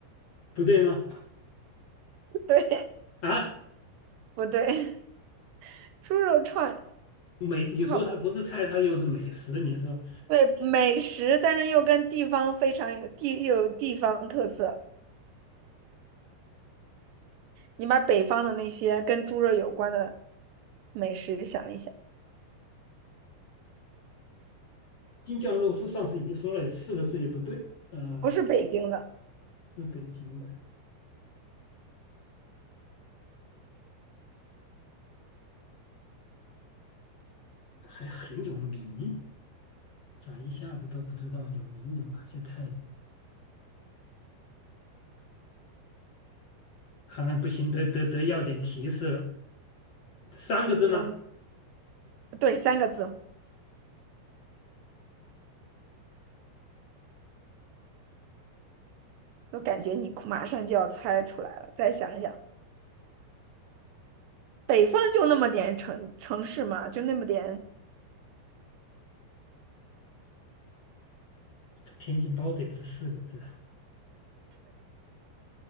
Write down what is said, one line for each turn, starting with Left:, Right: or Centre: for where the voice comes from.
Left: 不对吗？
Right: <laughs> 对，
Left: 啊，
Right: 不对？猪肉串，
Left: 美，你说它不是菜，
Right: 好吧，
Left: 它又是美食，你说
Right: 对，美食，但是又跟地方非常有地，又有地方特色。你把北方的那些跟猪肉有关的美食想一想，
Left: 京酱肉丝，上次已经说了四个字也不对，呃，
Right: 不是北京的，
Left: 是北京的，还很有名，咋一下子都不知道有名有哪些菜呢？看来不行，得得得要点提示了。三个字吗？
Right: 嗯，对，三个字，我感觉你快马上就要猜出来了。再想一想，北方就那么点城城市嘛，就那么点，
Left: 天津包子也是四个字啊。